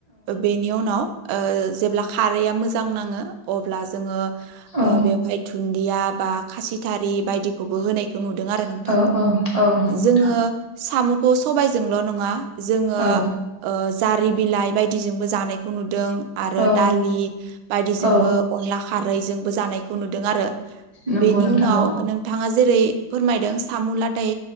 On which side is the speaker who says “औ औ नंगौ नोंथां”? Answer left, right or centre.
Right